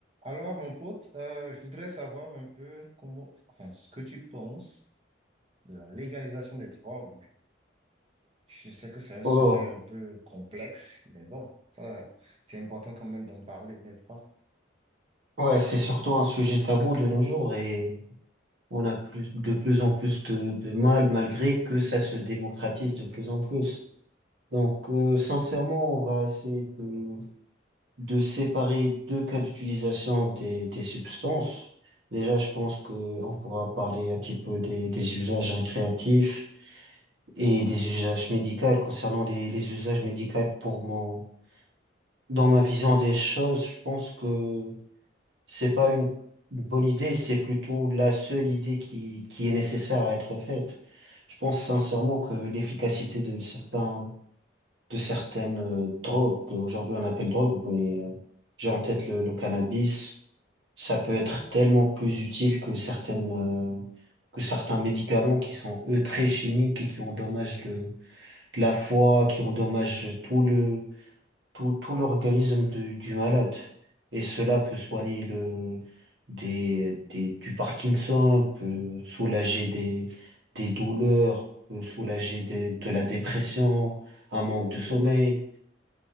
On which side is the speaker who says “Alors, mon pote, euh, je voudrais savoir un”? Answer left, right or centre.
Right